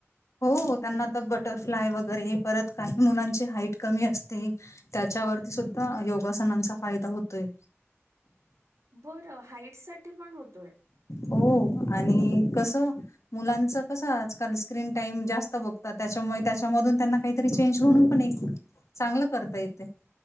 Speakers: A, on the left; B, on the right.
A: हो हो त्यांना तर बटरफ्लाय वगैरे परत काही मुलांची हाईट कमी असते, त्याच्यावरती सुद्धा योगासनांचा फायदा होतोय.
B: बरं हाईट साठी पण होतोय.
A: हो आणि कसं मुलांच कस आजकाल स्क्रीन टाइम जास्त बघतात त्यांच्यामुळे त्याच्यामधून त्यांना काहीतरी चेंज म्हणून पण एक चांगलं करता येतय.